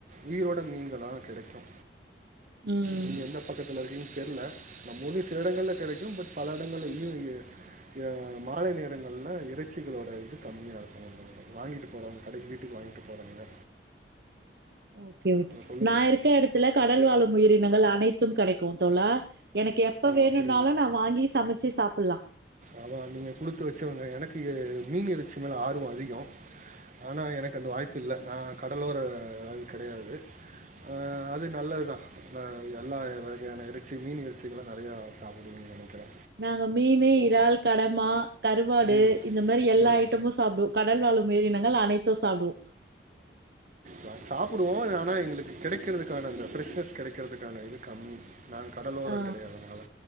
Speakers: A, on the right; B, on the right.
A: உயிரோட மீன்கள்லாதா கெடைக்கு
B: ம்
A: நீங்க எந்த பக்கத்துல இருக்கீங்கனு தெரில நம்ம ஊர்லயு சில இடங்கள்ல கெடைக்கு பட் பல இடங்கள்ல ஈவ்னிங் ஆ மாலை நேரங்கள்ல இறைச்சிகளோட இது கம்மியா இருக்குங்க வாங்கிட்டு போறவங்க கடைக்கு வீட்டுக்கு வாங்கிட்டு போறவங்க
B: ஓகே ஓகே
A: சொல்லுங்கள்
B: நா இருக்க எடத்துல கடல் வாழும் உயிரினங்கள் அனைத்து கெடைக்கு தோழா எனக்கு எப்போ வேணுன்னாலு
A: அப்படி
B: நா வாங்கி சமச்சு சாப்பிட்லா
A: அதா நீங்க குடுத்து வச்சவங்க எனக்கு மீன் இறைச்சி மேல ஆர்வ அதிகம் ஆனா எனக்கு அந்த வாய்ப்பு இல்ல நா கடலோர ஆள் கிடையாது ஆ அது நல்லதுதா ஆ எல்லா வகையான இறைச்சி மீன் இறைச்சி இதெல்லா நெறையா சாப்புடுவிங்கனு நெனைக்கிறே
B: நாங்க மீனு, இறால், கடமா, கருவாடு
A: ம்
B: இந்த மாரி எல்லா
A: ம்
B: ஐ ட்டமு சாப்புடுவோ கடல் வாழ் உயிரினங்கள் அனைத்து சாப்புடுவோ
A: யா சாப்புடுவோ ஆனா எங்களுக்கு கெடைக்கறதுக்கான அந்த ஃப்ரெஷ்னஸ் கெடைக்கறதுக்கான இது கம்மி நாங்க கடலோரோ
B: ஆ
A: கெடயாததுனால